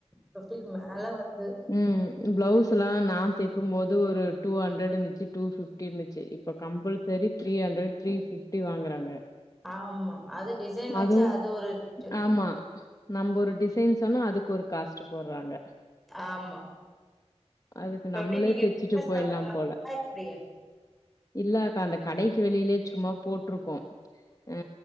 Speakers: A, in the centre; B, on the left.
A: ஃபிஃப்டிக் மே நல்ல வர்து
B: ம் ப்ளவுஸ்லா நா தெக்கும்மோது ஒரு டூ ஹண்ட்ரட் இந்துச்சு டூ ஃபிஃப் டீர்ந்துச்ச இப்ப compulsory three hundred three fifty வாங்குறாங்க
A: ஆமா அது டிசைன் வச்சு
B: அதுவு
A: அது ஒரு ரேட்டு
B: ஆமா நம்பு ஒரு டிசைன் சொன்னா அதுக்கு ஒரு காஸ்ட்டு போற்றாங்க
A: ஆமா
B: அதுக்கு
A: இப்ப
B: நம்மளே
A: எப்டி நீங்க
B: தெச்சுட்டு
A: பிசினஸ்
B: போயிட்லாம்
A: பண்ற மாரியா
B: போல
A: எப்டி
B: இல்ல அக்கா அந்த கடைக்கு வெளிலே சும்மா போட்ருக்கு அ